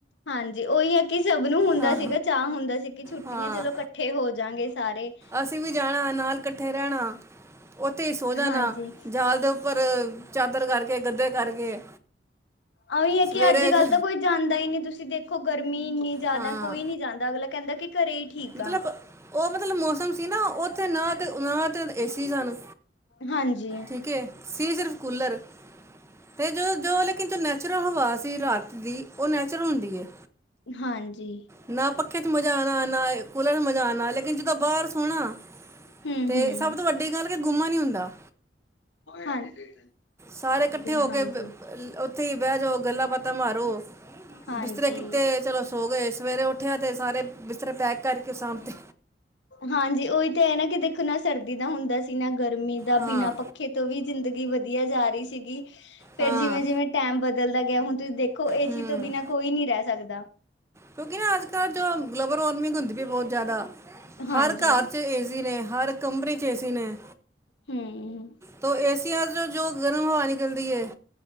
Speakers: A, on the left; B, on the right.
A: ਹਾਂਜੀ ਉਹੀ ਹੈ ਕਿ ਸਭ ਨੂੰ ਹੁੰਦਾ
B: ਹਾਂ
A: ਸੀਗਾ ਚਾਅ ਹੁੰਦਾ ਸੀ ਕਿ ਛੁੱਟੀਆਂ
B: ਹਾਂ
A: ਚਲੋ ਇਕੱਠੇ ਹੋ ਜਾਗੇ ਸਾਰੇ।
B: ਅਸੀਂ ਵੀ ਜਾਣਾ ਨਾਲ ਇਕੱਠੇ ਰਹਿਣਾ ਉੱਥੇ ਹੀ ਸੋ ਜਾਣਾ
A: ਹਾਂਜੀ
B: ਜਾਲ ਦੇ ਉ ਪਰ ਚਾਦਰ ਕਰਕੇ, ਗੱਦੇ ਕਰਕੇ
A: ਆਹੀ ਹੈ ਕਿ
B: ਸਵੇਰੇ
A: ਅੱਜ ਕੱਲ
B: ਜ
A: ਤਾਂ ਕੋਈ ਜਾਂਦਾ ਹੀ ਨਹੀਂ ਤੁਸੀਂ ਦੇਖੋ ਗਰਮੀ ਇੰਨੀ ਜ਼ਿਆਦਾ
B: ਹਾਂ
A: ਕੋਈ ਨੀ ਜਾਂਦਾ ਅਗਲਾ ਕਹਿੰਦਾ ਕਿ ਘਰੇ ਠੀਕ
B: ਮਤਲਬ
A: ਆ
B: ਉਹ ਮਤਲਬ ਮੌਸਮ ਸੀ ਨਾ ਉੱਥੇ ਨਾ ਤੇ ਨਾ ਤੇ ਏਸੀ ਸਨ।
A: ਹਾਂਜੀ।
B: ਠੀਕ ਹੈ ਸੀ ਸਿਰਫ਼ ਕੂਲਰ। ਅਤੇ ਜੋ ਜੋ ਲੇਕਨਤ ਨੈਚੁਰਲ ਹਵਾ ਸੀ ਰਾਤ ਦੀ ਉਹ ਨੈਚੁਰਲ ਹੁੰਦੀ ਹੈ।
A: ਹਾਂਜੀ।
B: ਨਾ ਪੱਖੇ ਚ ਮਜਾ ਆਣਾ ਨਾ ਕੂਲਰ ਮਜ਼ਾ ਆਣਾ ਹੇ। ਜਿੱਜ ਦਾਂ ਬਾਹਰ ਸੋਹਣਾ
A: ਹਮ
B: ਤੇ
A: ਹਮ
B: ਸਭ ਤੋਂ ਵੱਡੀ ਗੱਲ ਕਿ ਗੁੰਮਾ ਨੀ ਹੁੰਦਾ।
A: ਹਾਂਜੀ।
B: ਸਾਰੇ ਇਕੱਠੇ ਹੋ
A: ਹਾਂਜੀ
B: ਕੇ ਉੱਥੇ ਹੀ ਬਹਿ ਜਾਓ ਗੱਲਾਂ ਬਾਤਾਂ ਮਾਰੋ।
A: ਹਾਂਜੀ
B: ਬਿਸਤਰੇ ਕਿੱਤੇ ਹ ਚਲੋ ਸੋ ਗਏ, ਸਵੇਰੇ ਉੱਠਿਆ ਤੇ ਸਾਰੇ ਬਿਸਤਰੇ ਪੈਕ ਕਰਕੇ ਸਾਂਭਤੇ।
A: ਹਾਂਜੀ, ਉਹੀ ਤਾਂ ਹੈ ਨਾ ਕਿ ਦੇਖੋ ਨਾ ਸਰਦੀ ਦਾ ਹੁੰਦਾ ਸੀ ਨਾ ਗਰਮੀ ਦਾ
B: ਹਾਂ
A: ਬਿਨਾਂ ਪੱਖੇ ਖੇ ਤੋਂ ਵੀ ਜ਼ਿੰਦਗੀ ਵਧੀਆ ਜਾ ਰਹੀ ਸੀਗੀ। ਫੇਰ
B: ਹਾਂ
A: ਜਿਵੇਂ ਜਿਵੇਂ ਟੈਮ ਬਦਲਦਾ ਗਿਆ ਹੁਣ ਤੁਸੀਂ ਦੇਖ ਕੋ ਏਸੀ
B: ਹੂੰ
A: ਤੋਂ ਬਿਨਾਂ ਕੋਈ ਨਹੀਂ ਰਹਿ ਸਕਦਾ।
B: ਕਿਉਂਕਿ ਨਾ ਅੱਜ ਕੱਲ ਜੋ ਗਲੋਬਲ ਵਾਰਮਿੰਗ ਹੁੰਦੀ ਵੀ ਬਹੁਤ ਜ਼ਿਆਦਾ।
A: ਹਾਂਜੀ
B: ਹਰ ਘਰ ਚ ਏਸੀ ਨੇ, ਹਰ ਕਮਰੇ ਚ ਏਸੀ ਨੇ।
A: ਹਮ
B: ਤ ਏਸੀਆ ਚ ਜੋ ਗਰਮ ਹਵਾ ਨਿਕਲਦੀ ਹੈ